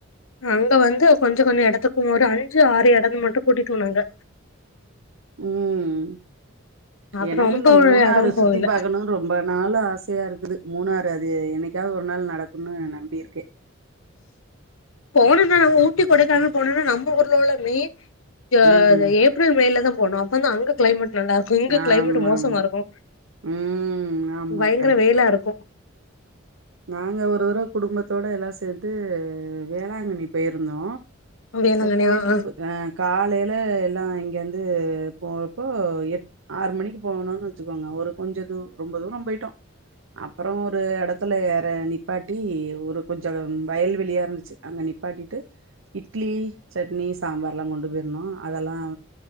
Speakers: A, on the left (about 85°); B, on the right (about 75°).
A: அங்க வந்து கொஞ்ச கொஞ்ச எடத்துக் ஒரு அஞ்சு ஆறு எடம் மட்டு கூட்டிட்டுபோனாங்க
B: உம்
A: அப்றோ
B: எனக்குந்தா
A: ரொம்ப
B: மூணாறு
A: எடம்
B: சுத்தி
A: போகல
B: பாக்கணு ரொம்ப நாள ஆசயா இருக்குது மூணாற் அது என்னிக்கா ஒர் நாள் நடக்கும்னு நம்பியிருக்கே
A: போனும்னா நம் ஊட்டி கொடைகானல் போனுனா நம்ப ஊர்லள்ளமே யேரு
B: ம்
A: ஏப்ரல் மேல தா போனு அப்பந்தா அங்க கிளைமட் நல்லாக்கு இங்க
B: ஆமா
A: கிளைமேட் மோசமா
B: ஆமா
A: இருக்கு
B: ம் ஆமா
A: பயங்கர
B: கண்டிப்பா
A: வேய்லாருக்கு
B: நாங்க ஒருரொவ குடும்பத்தோட எல்லா சேத்து வேளாங்கண்ணி போய்ருந்தோ
A: வேளாங்கண்ணி
B: போய்ட்டு
A: ஆ
B: கால லா எல்லா இங்கந்து போப்போ எட் ஆறு மணிக்கு போகணும்னு வச்சுக்கோங்க ஒரு கொஞ்ச தூ ரொம்ப தூர போயிட்டோ அப்பற ஒரு எடத் த்துல எற நிப்பாட்டி ஒரு கொஞ்ச வயல்வெளியா இருந்ச்சு அங்க நிப்பாட்டிட்டு இட்லி சட்னி சாம்பார்லா கொண்டு போய்ருந்தோ அதல்லா